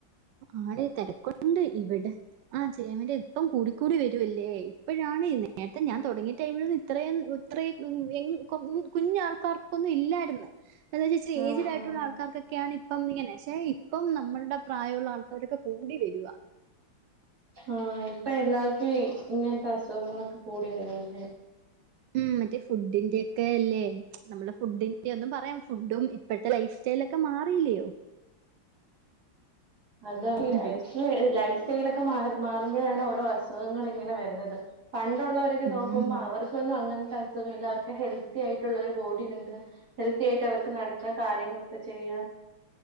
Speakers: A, on the right (about 70°); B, on the right (about 50°).
A: ആടെ തെരക്കൊണ്ട്. ഇവിടെ ആ് ചെയ്യാൻ വേണ്ടിയ ഇപ്പം കൂടി കൂടി കൂടി വരുവല്ലേ? ഇപ്പഴാണ് നേരത്തെ ഞാൻ തുടങ്ങിയെ ടൈമിലൊന്നും ഇത്രയും ഇത്രേം എങ്ങും കുറഞ്ഞ കുഞ്ഞാൾക്കാർക്കൊന്നും ഇല്ലാര്ന്ന്. എന്താജാര്ച്ചാൽ എയ്ജ്ഡ്
B: ആഹ്
A: ആയിട്ടുള്ള
B: ആഹ്
A: ആൾക്കാർക്കൊക്കെയാണിപ്പം ഇങ്ങനെ പക്ഷെ ഇപ്പം നമ്മളുടെ പ്രായമുള്ള ആൾക്കാരൊക്കെ കൂടി വരുവാ
B: ആഹ ഇപ്പൊ എല്ലാവർക്കും ഇങ്ങനത്തെ അസു അസുഖങ്ങളൊക്കെ കൂടി വരുവാരുന്ന്
A: ഉം മറ്റേ ഫുഡിന്റെ ഒക്കെ ല്ലേ നമ്മളെ ഫുഡിന്റെ ഒന്നും പറയാം, ഫുഡും ഇപ്പഴത്തെ ലൈഫ് സ്റ്റൈലും ഒക്കെ മാറില്ലയോ?
B: അത ലൈഫ്
A: അതിന്
B: ലൈഫ്സ് യിലൊക്കെ മാ മാറുമ്പോഴാണ് ഓരോ അസുഖങ്ങള ഇങ്ങനെ വരുന്നത് പണ്ടുള്ളവരൊക്കെ
A: ഉം
B: നോക്കുമ്പോൾ അവർക്കൊന്നും അങ്ങനത്തെ അസുഖല്ല അവർക്ക് ഹെൽത്തി ആയിട്ടുള്ള ഒരു ബോഡി ഉണ്ട് ഹെൽത്തി ആയിട്ട് അവർക്ക് നടക്കൻ കാര്യങ്ങളൊക്കെ ചെയ്യ